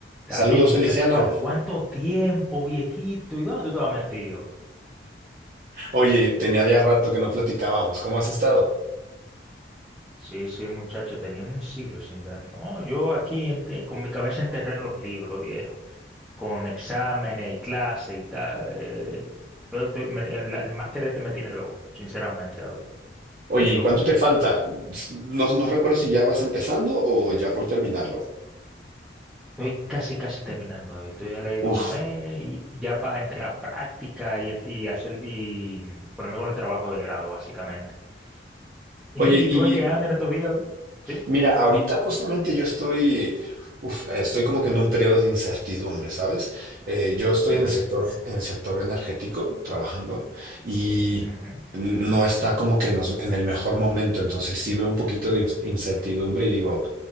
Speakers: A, in the centre; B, on the right.
A: David,
B: Saludos,
A: muchacho,
B: Feliciano.
A: pero ¿cuánto tiempo, viejito? ¿Y dónde tú estabas metido?
B: Oye, tenía ya rato que no platicábamos. ¿Cómo has estado?
A: Sí, sí, muchacho, teníamos un siglo sin ver. No, yo aquí en te- con mi cabeza enterré en los libros, viejo, con exámenes y clases y tal. eh, yo estoy- me- el, el máster este me tiene loco, sinceramente, David.
B: Oye,
A: Tiene
B: ¿y
A: loco
B: cuánto
A: y pi-
B: te falta? No, no recuerdo si ya vas empezando o ya por terminarlo.
A: Estoy casi, casi terminando, David. Estoy a la ley
B: Uf.
A: de un mes y ya para entrar a práctica y, en- y hacer y ponerme con el trabajo de grado, básicamente. <laughs> ¿Y,
B: Oye, y
A: y tú en qué andas en estos días? David? Sí.
B: mira, ahorita justamente yo estoy, uf, estoy como que en un periodo de incertidumbre, ¿sabes? Eh, yo estoy
A: Ujú,
B: en el sector, en el sector energético trabajando y
A: ujú.
B: no está como que en, los- en el mejor momento. Entonces sí veo un poquito de incertidumbre y digo,